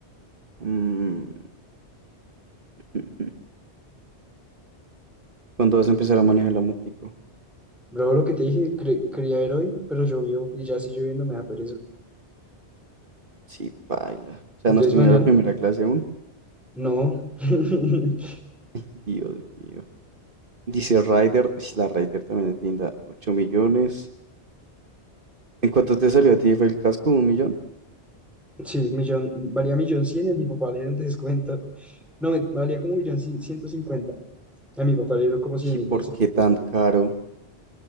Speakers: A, on the right (about 50°); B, in the centre.
A: Mm, <laughs> ¿Cuándo vas a empezar a manejar la motico?
B: Luego lo que te dije, cre- quería ver hoy, pero llovió y ya si lloviendo me da pereza.
A: Sí, paila. O sea,
B: Entonces
A: ¿no has tenido
B: mañana,
A: la primera clase aún?
B: no. <laughs>
A: Dios mío. Dice rider ish, la rider también es linda, 8 millones. ¿En cuánto te salió a ti? ¿Fue el casco? ¿Un millón?
B: Sí, millón, valía millón cien y a mi papá le dieron <laughs> descuento. No, me- valía como millón cien- ciento cincuenta. A mi papá le dieron como cien
A: ¿Y
B: mil
A: por
B: de des-
A: qué tan
B: descuento.
A: caro?